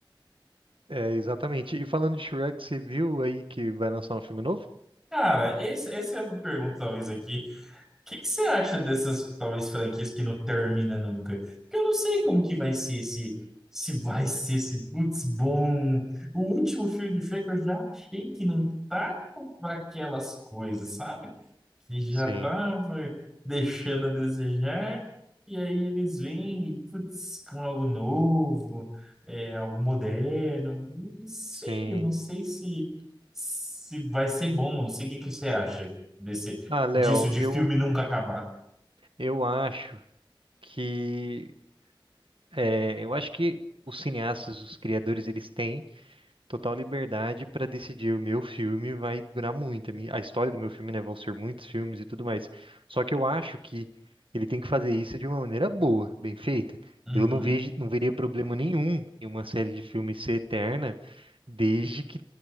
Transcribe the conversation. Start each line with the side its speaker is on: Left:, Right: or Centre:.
Right: é exatamente. E falando de Shrek, você viu aí que vai lançar um filme novo?
Centre: Cara, esse, essa é uma pergunta, talvez, aqui. O que que você acha dessas, talvez, franquias que não termina nunca? Porque eu não sei como que vai ser esse... Se vai ser esse, putz, bom. O último filme do Shrek eu já achei que não tá com aquelas coisas, sabe? que já
Right: Sim,
Centre: estava deixando a desejar, e aí eles vêm, putz, com algo novo, é, algo moderno. Não sei,
Right: sim.
Centre: não sei se, se vai ser bom. Não sei o que que você acha desse,
Right: Ah, Léo,
Centre: disso de
Right: eu
Centre: filme nunca acabar.
Right: eu acho que é, eu acho que os cineastas, os criadores, eles têm total liberdade para decidir o meu filme vai durar muito. A minha- a história do meu filme, né? Vão ser muitos filmes e tudo mais. Só que eu acho que ele tem que fazer isso de uma maneira boa, bem feita.
Centre: Uhum.
Right: Eu não vejo, não veria problema nenhum em uma série de filmes ser eterna, desde que